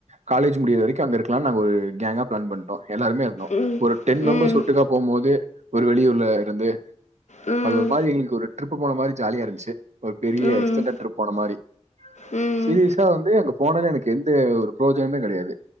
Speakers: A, on the right; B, on the left.
A: காலேஜ் முடியுற வரைக்கு அங்க இருக்கலானு நாங்க ஒரு கேங்கா பிளான் பண்ட்டோ எல்லாருமே இருந்தோ
B: ம்.
A: ஒரு டென்
B: ம்.
A: மெம்பர்ஸ் விட்டுக்கா போம் போது ஒரு வெளியூர்ல இருந்து
B: ம்.
A: அது ஒரு மாரி எங்ளுக்கு ஒரு ட்ரிப்பு போன மாரி ஜாலியா இருந்துச்சு ஒரு பெரிய
B: ம்.
A: எக்ஸ்டெண்டட் ட்ரிப் போன மாரி
B: ம்.
A: சீரியஸா வந்து அங்க போனோனே எனக்கு எந்த ஒரு புரோஜனமே கெடையாது